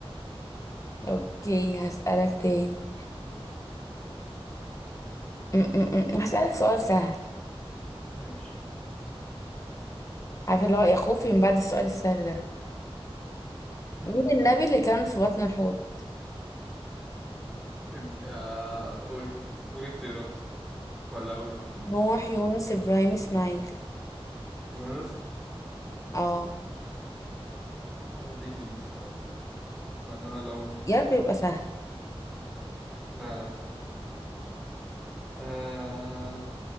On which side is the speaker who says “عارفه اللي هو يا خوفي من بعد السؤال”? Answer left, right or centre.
Left